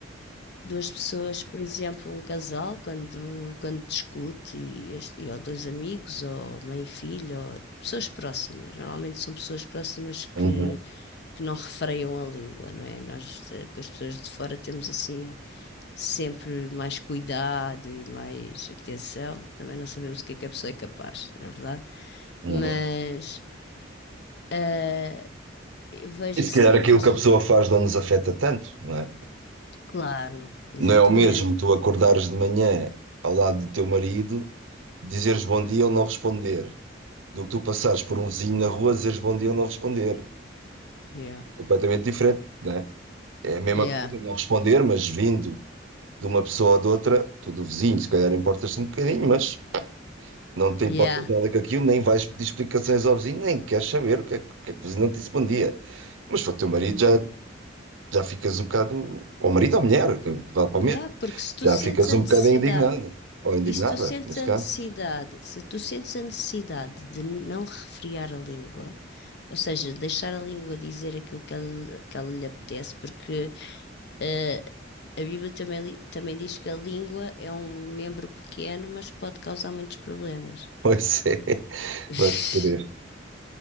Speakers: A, on the left (about 55°); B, on the right (about 80°).
A: duas pessoas, por exemplo, um casal, quando, quando discute, e, as- e ou dois amigos, ou mãe e filho, ou pessoas próximas. Normalmente são pessoas próximas que
B: Uhum,
A: que não refreiam a língua, não é? Nós, eh, com as pessoas de fora, temos assim sempre mais cuidado e mais atenção. Também não sabemos o que é que a pessoa é capaz, na verdade.
B: uhum.
A: Mas eh, eu vejo
B: E
A: assim
B: se calhar aquilo
A: que. as-
B: que a pessoa faz não nos afeta tanto, não é?
A: Claro, exatamente.
B: Não é o mesmo tu acordares de manhã ao lado do teu marido, dizeres bom dia ou não responder, do que tu passares por um vizinho na rua, dizeres bom dia ou não responder.
A: Yeah.
B: Completamente diferente, não é? É a mesma
A: Yeah.
B: coisa não responder, mas vindo de uma pessoa ou de outra, tu do vizinho, se calhar importas-te um bocadinho, mas não te
A: Yeah.
B: importas nada com aquilo, nem vais pedir explicações ao vizinho, nem queres saber o que é que, o que é que o vizinho não te disse bom dia. Mas para o teu marido já, já ficas um bocado, ou marido ou mulher, vale para
A: Yeah,
B: a mulher,
A: porque se tu
B: já
A: sentes
B: ficas
A: a
B: um
A: necessidade.
B: bocado indignado, ou indignada,
A: E se tu sentes
B: nesse
A: a
B: caso.
A: necessidade,
B: <laughs>
A: se tu sentes a necessidade de não refrear a língua, Ou seja, deixar a língua dizer aquilo que ela, que ela lhe apetece, porque eh, a Bíblia também, li- também diz que a língua é um membro pequeno, mas pode causar muitos problemas.
B: Pois é,
A: <laughs>
B: vai querer.